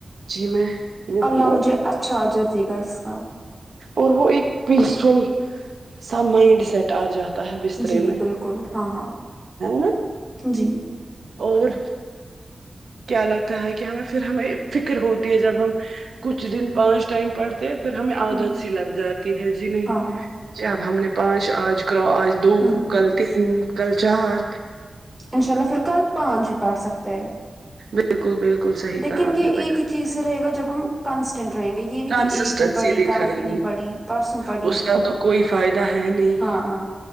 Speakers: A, on the right; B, in the centre.
A: جی میں ہوں
B: اللہ مجھے اچھا آجر دے گا اس کاب
A: اور وہ ایک پیس فل سا مائنڈ سیٹ آ جاتا تھ بستر
B: جی
A: میں
B: بالکل ہاں ہاں
A: نا
B: جی
A: اور کیا لگتا ہے کہ ہمیں پھر ہمیں فکر ہوتی ہے جب ہم کچھ دن پانچ ٹائم پڑھتے ہیں پھر ہمیں عادت
B: ہوں
A: سی لگ جاتی ہے جی نہیں
B: ہاں ہاں
A: جب ہم نے پانچ آج کرو آج دو
B: ہوں
A: کل تین کل چار
B: انشاء اللہ پھر کل پانچ ہی بیٹھ سکتے ہیں
A: بالکل بالکل صحیح
B: لیکن
A: کہا آپ
B: یہ
A: نے بیٹا
B: ایک ہی چیز سے رہے گا جب ہم کانسٹینٹ رہیں گے یہ نہیں
A: کنسسٹینسی
B: کہ ایک دن پڑھی
A: دکھائیں
B: کل نہیں
A: گے
B: پڑھی پرسوں پڑھی
A: اس کا تو کوئی فائدہ ہے نہیں
B: ہاں ہاں